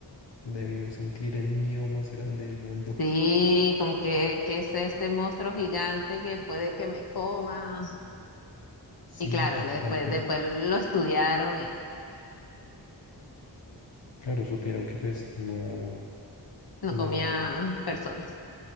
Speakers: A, on the left; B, on the left.
A: Debió sentir el miedo más grande del mundo.
B: Sí, como que, que es este monstruo gigante que puede que me coma.
A: Sí,
B: Y claro,
A: tal
B: después,
A: cual, pero
B: después lo estudiaron y
A: claro, supieron que pues no,
B: no
A: no,
B: comía personas.